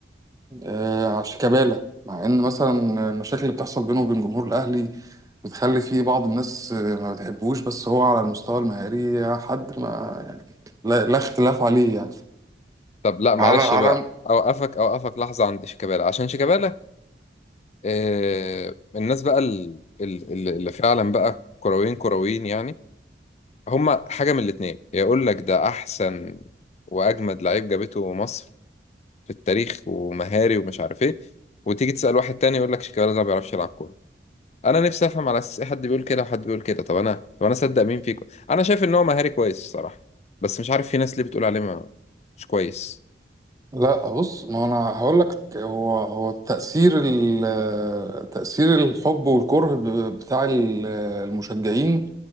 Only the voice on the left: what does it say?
طب لا معلش
بقى اوقفك اوقفك لحظة عند شيكابالا عشان شيكابالا آه الناس بقى ال- ال- ال- اللي فعلا بقى كرويين كرويين يعني هما حاجة من الاتنين يقول لك ده أحسن وأجمد لعيب جابته مصر في التاريخ ومهاري ومش عارف إيه وتيجي تسأل واحد تاني يقول لك شيكابالا ده ما بيعرفش يلعب كورة أنا نفسي أفهم على أساس إيه حد بيقول كده وحد بيقول كده طب أنا طب أنا أصدق مين فيكم أنا شايف إن هو مهاري كويس الصراحة بس مش عارف في ناس ليه بتقول عليه ما مش كويس